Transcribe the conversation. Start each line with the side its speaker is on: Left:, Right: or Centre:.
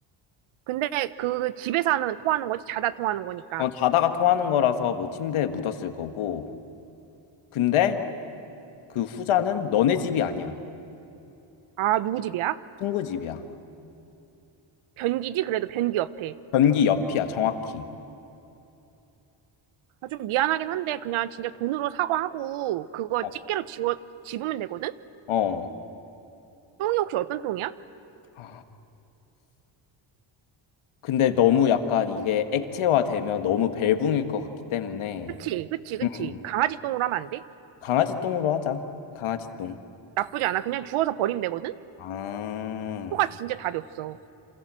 Right: 근데 그 집에서 하는, 토하는 거지? 자다 토하는 거니까.
Left: 어, 자다가 토하는 거라서 뭐 침대에 묻었을 거고. 근데 그 후자는 너네 집이 아니야.
Right: 아, 누구 집이야?
Left: 친구 집이야.
Right: 변기지? 그래도 변기 옆에.
Left: 변기 옆이야, 정확히.
Right: 아, 좀 미안하긴 한데, 그냥 진짜 돈으로 사과하고, 그거
Left: 어.
Right: 집게로 집어, 집으면 되거든?
Left: 어.
Right: 똥이 혹시 어떤 똥이야?
Left: 아, 근데 너무 약간 이게 액체화되면 너무 벨붕일 것 같기 때문에.
Right: 그치, 그치, 그치.
Left: 음.
Right: 강아지 똥으로 하면 안 돼?
Left: 강아지 똥으로 하자. 강아지 똥.
Right: 나쁘지 않아. 그냥 주워서 버리면 되거든?
Left: 아.
Right: 토가 진짜 답이 없어.